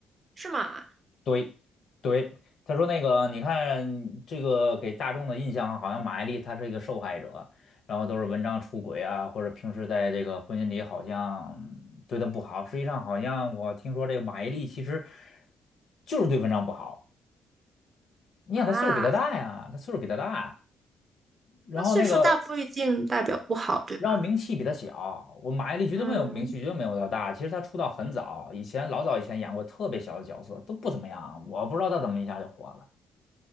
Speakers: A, on the right; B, on the left.
A: 是吗？
B: 对对，他说那个你看这个给大众的印象好像马伊琍她是一个受害者，然后都是文章出轨啊，或者平时在这个婚姻里好像嗯对她不好。实际上好像我听说这个马伊琍其实就是对文章不好。你想她岁数比她大呀，
A: 啊，
B: 她岁数比她大，然后那个。
A: 那岁数大不一定代表不好，对吧？
B: 然后名气比他小，我马伊琍绝对没有名气，
A: 嗯
B: 绝对没有他大。其实他出道很早，以前老早以前演过特别小的角色，都不怎么样。我不知道他怎么一下就火了，